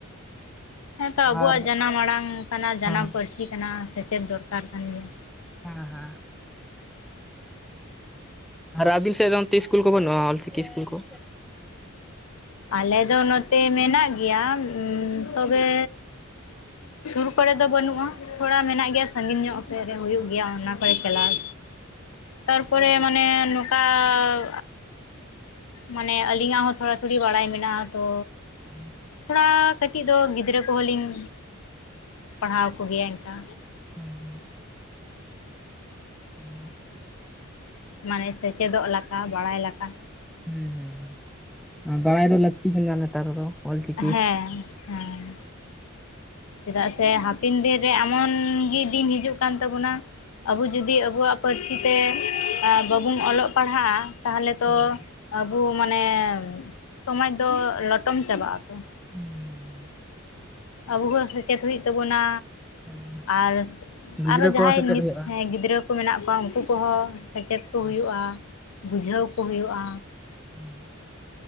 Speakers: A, on the left; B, in the centre.
A: ᱦᱮᱸ ᱛᱚ
B: ᱟᱨ
A: ᱟᱵᱚᱣᱟᱜ ᱡᱟᱱᱟᱢ ᱟᱲᱟᱝ ᱠᱟᱱᱟ ᱡᱟᱱᱟᱢ
B: ᱦᱮᱸ
A: ᱯᱟᱹᱨᱥᱤ ᱠᱟᱱᱟ ᱥᱮᱪᱮᱫ ᱫᱚᱨᱠᱟᱨ ᱠᱟᱱ ᱜᱮᱭᱟ
B: ᱦᱮᱸᱻᱦᱮᱸᱻ ᱟᱨ ᱟᱹᱵᱤᱱ ᱥᱮᱫ ᱫᱚ ᱚᱱᱛᱮ ᱤᱥᱠᱩᱞ ᱠᱚ ᱵᱟᱹᱱᱩᱜᱼᱟ ᱚᱞ ᱪᱤᱠᱤ ᱤᱥᱠᱩᱞ ᱠᱚ
A: ᱟᱞᱮ ᱫᱚ ᱱᱚᱛᱮ ᱢᱮᱱᱟᱜ ᱜᱮᱭᱟ ᱛᱚᱵᱮ ᱥᱩᱨ ᱠᱚᱨᱮ ᱫᱚ ᱵᱟᱹᱱᱩᱜᱼᱟ ᱛᱷᱚᱲᱟ ᱢᱮᱱᱟᱜ ᱜᱮᱭᱟ ᱥᱟᱹᱜᱤᱧ ᱧᱚᱜ ᱥᱮᱫ ᱨᱮ ᱦᱩᱭᱩᱜ ᱜᱮᱭᱟ ᱚᱱᱟ ᱠᱚᱨᱮ ᱪᱟᱞᱟᱶ ᱛᱟᱨᱯᱚᱨᱮ ᱢᱟᱱᱮᱼ ᱟᱨᱻ ᱢᱟᱱᱮ ᱟᱹᱞᱤᱧᱟᱜ ᱦᱚᱸ ᱛᱷᱚᱲᱟ ᱛᱷᱩᱲᱤ ᱵᱟᱲᱟᱭ ᱢᱮᱱᱟᱜᱼᱟ ᱛᱚ
B: <inaudible>
A: ᱛᱷᱚᱲᱟ ᱠᱟᱹᱴᱤᱡ ᱫᱚ ᱜᱤᱫᱽᱨᱟᱹ ᱠᱚᱦᱚᱸ ᱞᱤᱧ ᱯᱟᱲᱦᱟᱶ ᱠᱚᱜᱮᱭᱟ ᱤᱱᱠᱟ
B: ᱦᱩᱸ ᱦᱩᱸ ᱦᱩᱸ
A: ᱢᱟᱱᱮ ᱥᱮᱪᱮᱫᱚᱜ ᱞᱮᱠᱟ ᱵᱟᱲᱟᱭ ᱞᱮᱠᱟ
B: ᱦᱩᱸ ᱦᱩᱸ ᱵᱟᱲᱟᱭ ᱫᱚ ᱞᱟᱹᱠᱛᱤ ᱠᱟᱱᱟ ᱱᱮᱛᱟᱨ ᱫᱚ ᱚᱞᱪᱤᱠᱤ
A: ᱦᱮᱸ ᱦᱮᱸ ᱪᱮᱫᱟᱜ ᱥᱮ ᱦᱟᱯᱮᱱ ᱫᱤᱱᱨᱮ ᱮᱢᱚᱱᱜᱤ ᱫᱤᱱ ᱦᱤᱡᱩᱜ ᱠᱟᱱ ᱛᱟᱵᱚᱱᱟ ᱟᱵᱩ ᱡᱩᱫᱤ ᱟᱵᱩᱣᱟᱜ ᱯᱟᱹᱨᱥᱤ ᱛᱮ ᱵᱟᱵᱚᱱ ᱚᱞᱚᱜ ᱯᱟᱲᱦᱟᱜᱼᱟ ᱛᱟᱦᱚᱞᱮ ᱛᱚ
B: ᱦᱩᱸ
A: ᱟᱵᱚ ᱢᱟᱱᱮ ᱥᱚᱢᱟᱡᱽ ᱫᱚ ᱞᱚᱴᱚᱢ ᱪᱟᱵᱟᱜ ᱟᱛᱚ
B: ᱦᱩᱸ ᱻ
A: ᱟᱵᱚ ᱦᱚᱸ ᱥᱮᱪᱮᱫ ᱦᱩᱭᱩᱜ ᱛᱟᱵᱚᱱᱟ
B: ᱦᱩᱸ
A: ᱟᱨ
B: ᱦᱩᱸ ᱜᱤᱫᱽᱨᱟᱹ
A: ᱟᱨᱚ ᱡᱟᱦᱟᱸᱭ
B: ᱠᱚ ᱥᱮᱪᱮᱫ ᱦᱩᱭᱩᱜᱼᱟ
A: ᱜᱤᱫᱽᱨᱟᱹ ᱠᱚ ᱢᱮᱱᱟᱜ ᱠᱚᱣᱟ ᱩᱱᱠᱩ ᱠᱚᱦᱚᱸ ᱥᱮᱪᱮᱫ ᱠᱚ
B: ᱦᱩᱸ
A: ᱦᱩᱭᱩᱜᱼᱟ ᱵᱩᱡᱷᱟᱹᱣ ᱠᱚ ᱦᱩᱭᱩᱜᱼᱟ
B: ᱦᱩᱸ